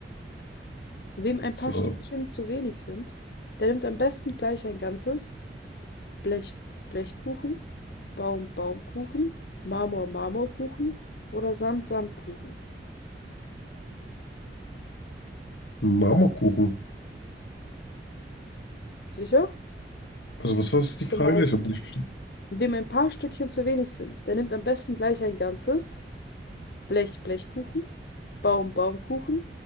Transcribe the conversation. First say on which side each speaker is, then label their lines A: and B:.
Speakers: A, on the left (about 60°); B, on the left (about 80°).
A: Wem ein
B: So.
A: paar Stückchen zu wenig sind, der nimmt am besten gleich ein ganzes Blech Blechkuchen, Baum Baumkuchen, Marmor Marmorkuchen oder Sand Sandkuchen.
B: Marmorkuchen.
A: Sicher?
B: Also, was war das die Frage?
A: Schon mal-
B: Ich habe nicht verstanden.
A: Wem ein paar Stückchen zu wenig sind, der nimmt am besten gleich ein ganzes Blech Blechkuchen, Baum Baumkuchen,